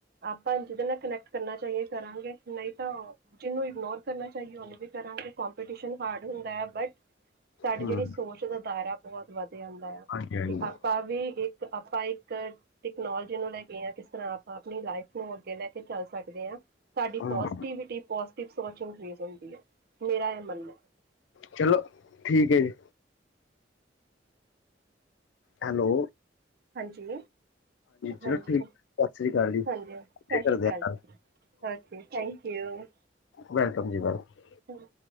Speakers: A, on the right (about 60°); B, on the left (about 85°).
A: ਆਪਾਂ ਜਿਹਦੇ ਨਾਲ ਕਨੈਕਟ ਕਰਨਾ ਚਾਹੀਏ ਕਰਾਂਗੇ ਨਹੀਂ ਤਾਂ ਜਿਹਨੂੰ ਇਗਨੋਰ ਕਰਨਾ ਚਾਹੀਏ ਉਹਨੂੰ ਵੀ ਕਰਾਂਗੇ ਕੌਮਪਿਟਸ਼ਨ ਹਾਰਡ ਹੁੰਦਾ ਹੈ ਬਟ ਸਾਡੀ
B: ਹੂੰ
A: ਜਿਹੜੀ ਸੋਚ ਦਾ ਦਾਇਰਾ ਬਹੁਤ ਵੱਧ ਜਾਂਦਾ ਆ
B: ਹਾਂਜੀ ਹਾਂਜੀ
A: ਕਿ ਆਪ ਕੀ ਇੱਕ ਆਪਾਂ ਇੱਕ ਟੈਕਨੋਲੋਜੀ ਨੂੰ ਲੈ ਕੇ ਹਾਂ ਕਿਸ ਤਰਾਂ ਆਪਾਂ ਆਪਣੀ ਲਾਈਫ ਨੂੰ ਅੱਗੇ ਲੈ ਕੇ ਚੱਲ ਸਕ ਸਕਦੇ ਆਂ। ਸਾਡੀ
B: ਹੂੰ
A: ਪੌਸ਼ਟਿਵਿਟੀ ਪੌਸ਼ਟਿਕ ਸੌਚ ਇਨਕਰੀਜ਼ ਹੁੰਦੀ ਹੈ। ਮੇਰਾ ਇਹ ਮੰਨਣਾ ਹੈ
B: ਚਲੋ। ਠੀਕ ਹੈ ਜੀ। ਹੈਲੋ।
A: ਹਾਂਜੀ, ਹਾਂਜੀ,
B: ਚਲੋ ਠੀਕ ਸਤਿ ਸ੍ਰੀ ਅਕਾਲ ਜੀ
A: ਹਾਂਜੀ। ਸਤਿ
B: ਇਹ
A: ਸ਼੍ਰੀ
B: ਕਰਦੇ
A: ਅਕਾਲ
B: ਆ,
A: ਜੀ। ਓਕੇ। Thank you.
B: ਵੈਲਕਮ ਜੀ ਵੈਲਕਮ।
A: ਹਮ